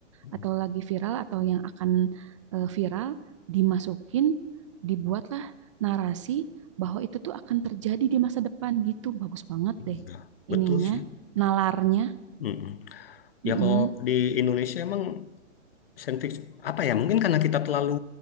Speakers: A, on the left; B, on the right.
A: Hmm,
B: atau lagi viral atau yang akan eh, viral dimasukin dibuatlah narasi bahwa itu tuh akan terjadi di masa depan gitu. Bagus banget
A: iya,
B: deh
A: betul
B: ininya,
A: sih.
B: nalarnya.
A: Mm-mm.
B: Mm-mm.
A: Ya kalau di Indonesia emang science fiction apa ya? Mungkin karena kita terlalu